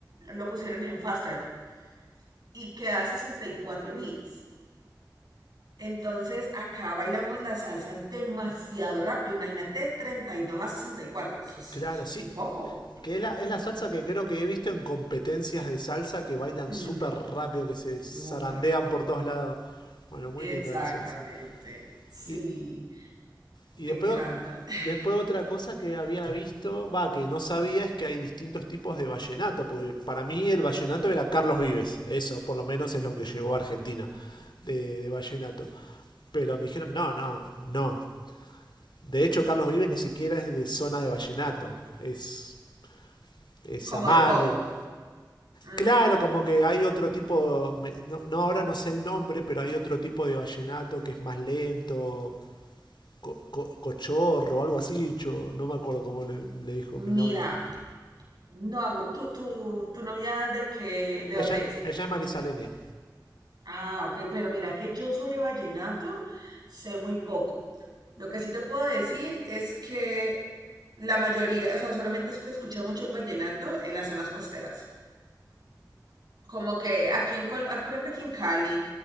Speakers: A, on the right (about 60°); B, on the left (about 75°).
A: lo pusieron en faster y queda 64 bits. Entonces acá bailamos la salsa demasiado rápido. Imagínate de 32 a 64. Eso es,
B: Claro,
A: eso es
B: sí.
A: un poco.
B: Que es la, es la salsa que creo que he visto en competencias de salsa que bailan
A: Mm,
B: súper rápido, que se
A: súper
B: zarandean
A: rápido.
B: por todos lados. Bueno, muy
A: Exactamente.
B: linda la salsa.
A: Sí,
B: Y Y
A: me
B: después,
A: encanta. <laughs>
B: después otra cosa que había visto, va, que no sabía es que hay distintos tipos de vallenato, porque para mí el vallenato era Carlos Vives, eso por lo menos es lo que llegó a Argentina de, de vallenato. Pero me dijeron, no, no, no. De hecho, Carlos Vives ni siquiera es de zona de vallenato, es, es Samario.
A: Como de pop. Ujú.
B: Claro, como que hay otro tipo, me- no, no, ahora no sé el nombre, pero hay otro tipo de vallenato que es más lento, co- co- cochorro o algo así, cho- no me acuerdo cómo le, le dijo
A: Mira,
B: mi novia.
A: no hago. ¿Tu, tu, tu novia de qué? ¿De
B: Ella,
A: dónde es?
B: ella es marisaleña.
A: Ah, ok, pero mira que yo sobre vallenato sé muy poco. Lo que sí te puedo decir es que la mayoría, o sea, solamente se escucha mucho el vallenato en las zonas costeras. Como que aquí en Col- aquí, por ejemplo, aquí en Cali